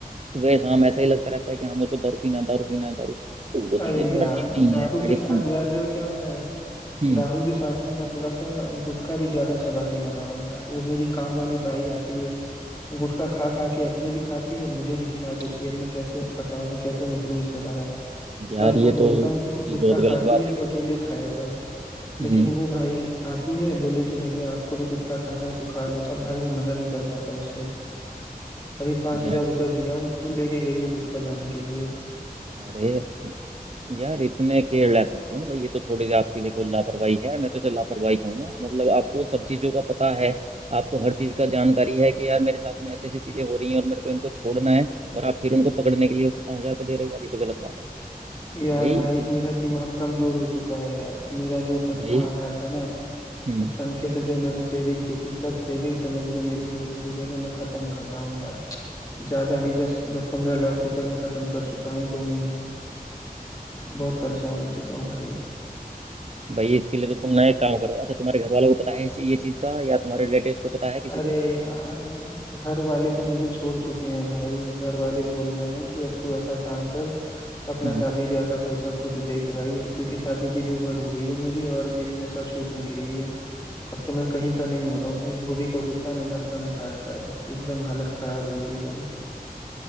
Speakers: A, on the right; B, on the left.
A: सुबह शाम ऐसा ही लगता रहता है कि हाँ मेरे को दारू पीना है दारू पीना है दारू तो वो
B: अरे
A: चीजें
B: यार
A: थोड़ा ठीक नहीं
B: दारू
A: है
B: के
A: एडिक्शन
B: साथ
A: की
B: जान रहे हो क्या हो रहा है
A: हम्म
B: दारू के साथ ना मैं थोड़ा सा गुटखा भी ज्यादा चबाने लगा हूँ यार वो मेरी काम वाली बाई आती है गुटखा खा खा के अपने भी खाती है मुझे भी खिला देती है मैं कैसे बताओ मैं कैसे निकलूं इससे बाहर
A: यार
B: मैं उसको
A: ये
B: बोलता
A: तो
B: हूँ कि
A: उसकी
B: तू गुटखा
A: बहुत
B: खाती
A: गलत बात
B: है
A: है भाई
B: तो अकेले खाया कर लेकिन
A: हम्म
B: वो भाई आती है बोले कि भैया आपको भी गुटखा खाना है तो खा लो अब भाई मैं मना नहीं कर पाता उससे अभी पांच
A: यार
B: हजार रुपये
A: ये
B: दिया हूँ उसको लेके गई है गुटखा लाने के लिए
A: अरे यार इतने केयरलेस मत हो ना भाई ये तो थोड़ी सी आपकी देखो लापरवाही है मैं तो इसे लापरवाही कहूंगा मतलब आपको सब चीज़ों का पता है आपको हर चीज़ का जानकारी है कि यार मेरे साथ में ऐसी ऐसी चीज़ें हो रही हैं और मेरे को इनको छोड़ना है और आप फिर उनको पकड़ने के लिए उसको पाँच हजार रुपये दे रहे हो यार ये तो गलत बात है
B: यार
A: भाई
B: भाई मेरा दिमाग कमजोर हो चुका है यार मेरा जो तनख्वाह
A: भाई
B: आ रहा था ना
A: हम्म
B: उस तनखे से जो मैंने सेविंग की थी सब सेविंग समझ लो मेरी धीरे धीरे ना मैं खत्म कर रहा हूँ यार ज्यादा नहीं बस दस पंद्रह लाख रुपए मैं खत्म कर चुका हूँ दो महीने में बहुत परेशान हो चुका हूँ भाई
A: भाई इसके लिए तो तुम ना एक काम करो अच्छा तुम्हारे घर वालों को पता है इस- ये चीज़ का या तुम्हारे रिलेटिव्स को पता है किसी
B: अरे
A: को
B: यार घर वाले तो मुझे छोड़ चुके हैं भाई घर वाले बोल रहे हैं कि अब तू ऐसा काम कर अपना
A: हम्म
B: शादी ब्याह का खर्चा खुद देख भाई क्योंकि शादी की भी उम्र हो गई है मेरी और मेरी नशा छूट नहीं रही है अब तो मैं कहीं का नहीं हो रहा हूँ भाई धोबी का कुत्ता ना घर का ना घाट का यार एकदम हालत खराब हो गई है भाई